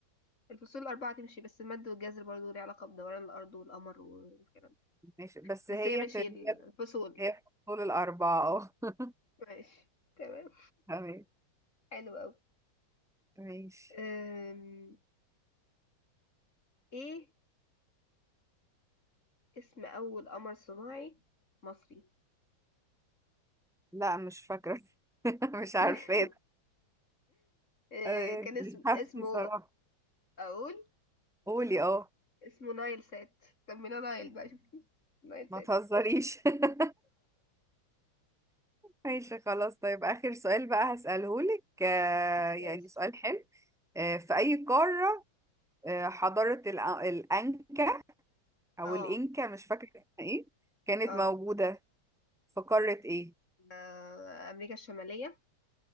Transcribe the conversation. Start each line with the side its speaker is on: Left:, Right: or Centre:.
Left: الفصول الأربعة تمشي بس المد والجزر برضه ليه علاقة بدوران الأرض والقمر والكلام ده.
Centre: ماشي بس
Left: بس
Centre: هي
Left: هي ماشي
Centre: ت- هي
Left: الفصول
Centre: هي الفصول الأربعة اه
Left: ماشي تمام
Centre: تمام
Left: حلو أوي
Centre: ماشي
Left: أم... ايه اسم أول قمر صناعي مصري
Centre: لا مش فاكرة <laughs> مش
Left: <laughs>
Centre: عارفة
Left: أه،
Centre: آه،
Left: كان اسم
Centre: مش حافتي
Left: اسمه
Centre: صراحة
Left: أقول
Centre: قولي اه
Left: اسمه نايل سات سميناه نايل بقى شوف نايل
Centre: ما
Left: سات
Centre: تهزريش <laughs> ماشي خلاص طيب آخر سؤال بقى هسأله لك آه يعني
Left: ماشي
Centre: سؤال حلو آه في أي قارة آه حضارة الأ- الأنكا أو
Left: اه
Centre: الإنكا مش فاكرة اسمها إيه كانت
Left: اه
Centre: موجودة في قارة إيه؟
Left: آه، امريكا الشماليه